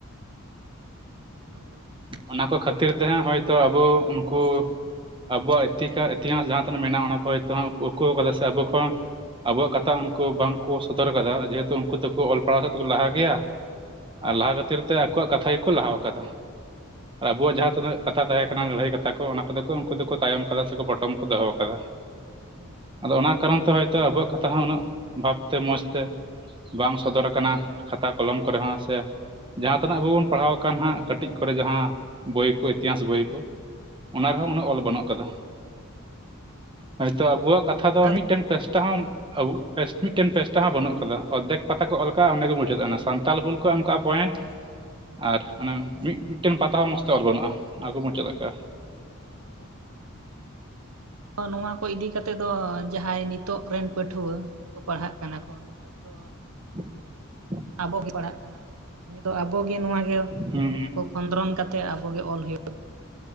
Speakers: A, on the right; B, on the right.
A: ᱦᱳᱭ
B: ᱚᱱᱟᱠᱚ ᱠᱷᱟᱹᱛᱤᱨ ᱛᱮ ᱦᱟᱸᱜ ᱦᱳᱭᱛᱚ ᱟᱵᱚ ᱩᱱᱠᱩ ᱟᱵᱚᱣᱟᱜ ᱤᱛᱤᱠᱟ ᱤᱛᱤᱦᱟᱥ ᱡᱟᱦᱟᱸ ᱛᱤᱱᱟᱹᱜ ᱢᱮᱱᱟᱜ-ᱟ ᱚᱱᱟ ᱠᱚ ᱦᱳᱭᱛ ᱦᱟᱸᱜ ᱠᱚ ᱩᱠᱩᱣ ᱠᱟᱫᱟ ᱥᱮ ᱟᱵᱚ ᱠᱷᱚᱱ ᱟᱵᱚᱣᱟᱜ ᱠᱟᱛᱷᱟ ᱩᱱᱠᱩ ᱵᱟᱝᱠᱚ ᱥᱚᱫᱚᱨ ᱠᱟᱫᱟ ᱡᱮᱦᱮᱛᱩ ᱩᱱᱠᱩ ᱫᱚᱠᱚ ᱚᱞ ᱯᱟᱲᱟᱣ ᱥᱮᱫ ᱛᱮᱠᱚ ᱞᱟᱦᱟ ᱜᱮᱭᱟ,
A: ᱦᱩᱸ
B: ᱟᱨ ᱞᱟᱦᱟ ᱠᱷᱟᱹᱛᱤᱨ ᱛᱮ ᱟᱠᱚᱣᱟᱜ ᱠᱟᱛᱷᱟ ᱜᱮᱠᱚ ᱞᱟᱦᱟᱣ ᱠᱟᱫᱟ᱾ ᱟᱨ ᱟᱵᱚᱣᱟᱜ ᱡᱟᱦᱟᱸ ᱛᱤᱱᱟᱹᱜ ᱠᱟᱛᱷᱟ ᱛᱟᱦᱮᱸ ᱠᱟᱱᱟ ᱞᱟᱹᱲᱦᱟᱹᱭ ᱠᱟᱛᱷᱟ ᱠᱚ ᱚᱱᱟ ᱠᱚᱫᱚ ᱠᱚ ᱩᱱᱠᱩ ᱫᱚᱠᱚ ᱛᱟᱭᱚᱢ ᱠᱟᱫᱟ ᱥᱮᱠᱚ ᱯᱚᱴᱚᱢ ᱠᱚ ᱫᱚᱦᱚᱣ ᱠᱟᱫᱟ᱾
A: ᱦᱩᱸ
B: ᱚᱱᱟ ᱠᱟᱨᱚᱱ ᱛᱮ ᱦᱳᱭᱛᱚ ᱟᱵᱚᱣᱟᱜ ᱠᱟᱛᱷᱟ ᱦᱚᱸ ᱩᱱᱟᱹᱜ ᱵᱷᱟᱵᱛᱮ ᱢᱚᱸᱡᱽ ᱛᱮ ᱵᱟᱝ ᱥᱚᱫᱚᱨᱟ ᱠᱟᱱᱟ ᱠᱷᱟᱛᱟ ᱠᱚᱞᱚᱢ ᱠᱚᱨᱮ ᱦᱚᱸ ᱥᱮ ᱡᱟᱦᱟᱸ ᱛᱤᱱᱟᱹᱜ ᱟᱵᱚ ᱵᱚᱱ ᱯᱟᱲᱦᱟᱣ ᱟᱠᱟᱱ ᱦᱟᱸᱜ ᱠᱟᱹᱴᱤᱡ ᱠᱚᱨᱮ ᱡᱟᱦᱟᱸ ᱵᱳᱚᱭ ᱠᱚ ᱤᱛᱤᱦᱟᱸᱟᱥ ᱵᱳᱚᱭ ᱠᱚ ᱚᱱᱟ ᱨᱮᱦᱚᱸ
A: ᱦᱩᱸ
B: ᱩᱱᱟᱹᱜ ᱚᱞ ᱵᱟᱹᱱᱩᱜ ᱠᱟᱫᱟ᱾ ᱦᱳᱭᱛᱚ ᱟᱵᱚᱣᱟᱜ ᱠᱟᱛᱷᱟ
A: ᱦᱳᱭ
B: ᱫᱚ
A: ᱟᱫᱚ
B: ᱢᱤᱫᱴᱮᱱ ᱯᱮᱥᱴᱟ ᱦᱚᱸ ᱟᱹᱣᱩᱜ ᱯᱮᱥ ᱢᱤᱫᱴᱮᱱ ᱯᱮᱥᱴᱟ ᱦᱚᱸ ᱵᱟᱹᱱᱩᱜ ᱠᱟᱫᱟ ᱚᱫᱫᱷᱮᱠ ᱯᱟᱛᱟ ᱠᱚ ᱚᱞ ᱟᱠᱟᱜ-ᱟ ᱚᱸᱰᱮ ᱜᱮ ᱢᱩᱪᱟᱹᱫ ᱮᱱᱟ ᱥᱟᱱᱛᱟᱞ ᱦᱩᱞ ᱠᱚ ᱮᱢ ᱠᱟᱜ-ᱟ ᱯᱚᱭᱮᱱᱴ
A: <inaudible>
B: ᱟᱨ ᱚᱱᱮ ᱢᱤᱫ ᱢᱤᱫᱴᱮᱱ ᱯᱟᱛᱟ ᱦᱚᱸ ᱢᱚᱸᱡᱽ ᱛᱮ ᱚᱞ ᱵᱟᱹᱱᱩᱜ-ᱟ ᱟᱨᱠᱚ ᱢᱩᱪᱟᱹᱫ ᱟᱠᱟᱜ-ᱟ᱾
A: ᱦᱳᱭ ᱱᱚᱣᱟ ᱠᱚ ᱤᱫᱤ ᱠᱟᱛᱮ ᱫᱚ ᱡᱟᱦᱟᱸᱭ ᱱᱤᱛᱚᱜ ᱨᱮᱱ ᱯᱟᱹᱴᱷᱩᱣᱟᱹ ᱠᱚ ᱯᱟᱲᱦᱟᱜ ᱠᱟᱱᱟ ᱠᱚ ᱛᱚᱜ ᱫᱚ
B: <unintelligible>
A: ᱟᱵᱚᱜᱮ ᱯᱟᱲᱦᱟᱜ ᱠᱟᱱᱟ ᱛᱚ ᱟᱵᱚ ᱜᱮ ᱱᱚᱣᱟ ᱜᱮ
B: ᱦᱩᱸ
A: ᱱᱤᱭᱟᱹ ᱠᱚ ᱠᱷᱚᱸᱫᱽᱨᱚᱱ ᱠᱟᱛᱮᱫ ᱟᱵᱚ ᱜᱮ ᱚᱞ ᱦᱩᱭᱩᱜ